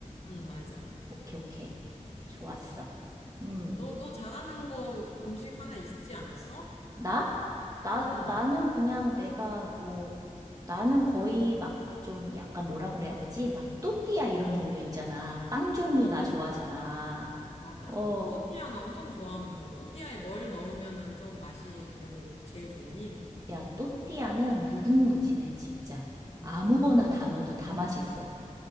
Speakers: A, on the left; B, on the right.
A: 응, 맞아.
B: 오케이, 오케이. 좋았어. 음.
A: 너, 너 잘하는 거 음식 하나 있지 않았어?
B: 나? 나,
A: 응.
B: 나는 그냥 내가 뭐, 나는 거의 막 좀 약간 뭐라 그래야 되지? 막 또띠아 이런 종류 있잖아. 빵 종류
A: 오,
B: 나 좋아하잖아.
A: 맞아.
B: 어,
A: 어, 또띠아 나 엄청 좋아하는데, 또띠아에 뭘 넣으면은 좀 맛이 그래도 제일 좋니?
B: 야, 또띠아는 무궁무진해, 진짜.
A: 음,
B: 아무거나 다 넣어도 다 맛있어.